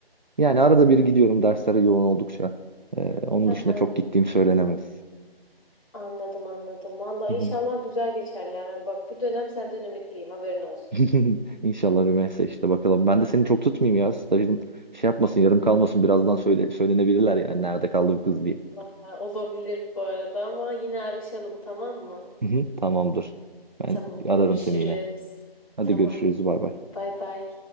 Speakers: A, on the right; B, on the left.
A: Yani arada bir gidiyorum derslere yoğun oldukça. E, onun
B: Hı
A: dışında
B: hı.
A: çok gittiğim söylenemez.
B: Anladım anladım. Vallahi
A: Hı
B: inşallah
A: hı.
B: güzel geçerler. Ha, Bak bu dönem senden ümitliyim haberin olsun.
A: <laughs> İnşallah Rümeysa işte bakalım. Ben de seni çok tutmayayım ya. Stajın şey yapmasın, yarım kalmasın. Birazdan
B: Hmm,
A: söyle, söylenebilirler yani nerede kaldı bu kız diye.
B: Vallahi olabilir bu arada ama yine araşalım tamam mı?
A: Hı hı, Tamamdır. Ben
B: Tamam
A: ararım
B: görüşürüz.
A: seni yine. Hadi
B: Tamam.
A: görüşürüz. Bay bay.
B: Bay bay.